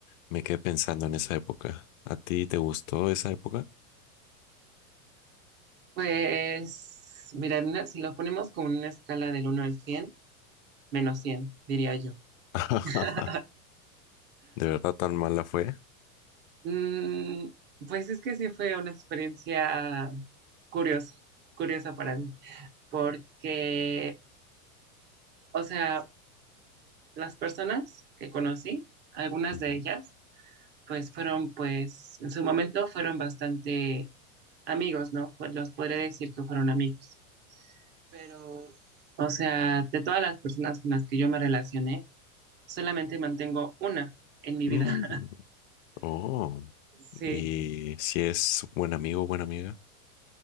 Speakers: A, on the left; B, on the right.
A: me quedé pensando en esa época. ¿A ti te gustó esa época?
B: Pues, mira, una- si lo ponemos con una escala del uno al cien, menos cien diría yo.
A: <laughs>
B: <laughs>
A: ¿De verdad tan mala fue?
B: Mm, pues es que sí fue una experiencia curiosa, curiosa para mí, porque, o sea, las personas que conocí, algunas
A: Ujú.
B: de ellas, pues fueron, pues, en su momento fueron bastante amigos, ¿no? Pues los podré decir que fueron amigos. pero, o sea, de todas las personas con las que yo me relacioné, solamente mantengo una en mi
A: Mm,
B: vida. <laughs>
A: oh,
B: Sí,
A: y si es buen amigo o buena amiga.